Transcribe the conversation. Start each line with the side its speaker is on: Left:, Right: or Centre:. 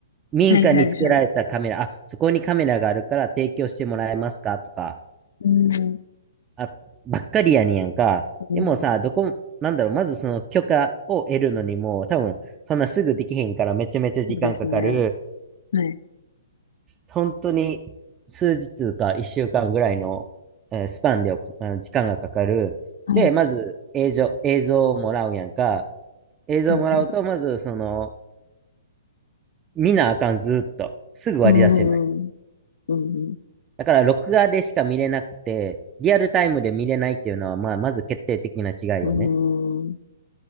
Right: 民家につけられたカメラ、
Left: はい、はい、はい。
Right: あ、そこにカメラがあるから提供してもらえますかとか、
Left: うーん、
Right: あ、ばっかりやねんやんか。
Left: うん、
Right: でもさ、どこ、なんだろう、まずその許可を得るのにも、多分、そんなすぐできへんからめちゃめちゃ時間かかる。
Left: そうですね。はい、
Right: 本当に数日か1週間ぐらいの、えースパンでおあの時間がかかる。
Left: はい、
Right: で、まず映像、映像をもらうやんか。映像をもらうと、
Left: はい、はい。
Right: まずその、見なあかん、ずーっと。すぐ割り出せない。
Left: うーん、うん、
Right: だから、録画でしか見れなくて、リアルタイムで見れないっていうのは、まあ、まず決定的な違いよね。
Left: うん、うーん。